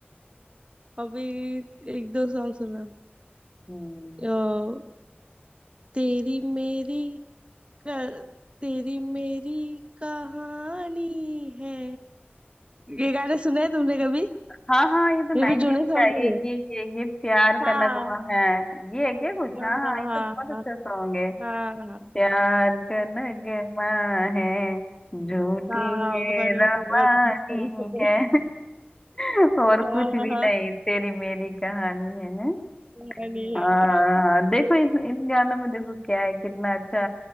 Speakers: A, on the right; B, on the left.
A: अभी एक दो सॉन्ग सुना
B: हम्म
A: अ, तेरी मेरी क- तेरी मेरी कहानी है ये गाने सुने हैं तुमने कभी
B: हाँ हाँ ये तो
A: ये
B: नाइनटीज
A: भी जूने सॉन्ग
B: का है,
A: ही
B: ये
A: है
B: ये ये ये प्यार
A: हाँ
B: का नगमा है ये है क्या कुछ
A: हाँ
B: हाँ हाँ
A: हाँ
B: ये तो बहुत अच्छा
A: हाँ
B: सॉन्ग है
A: हाँ हाँ।
B: प्यार का नगमा है झूठी
A: हाँ
B: ये
A: बराबर
B: रवानी
A: सही पकड़े
B: है <laughs> और
A: हाँ
B: कुछ भी
A: हाँ
B: नहीं तेरी मेरी कहानी है
A: funny
B: हाँ
A: है
B: देखो इस इन गानों में देखो क्या है कितना अच्छा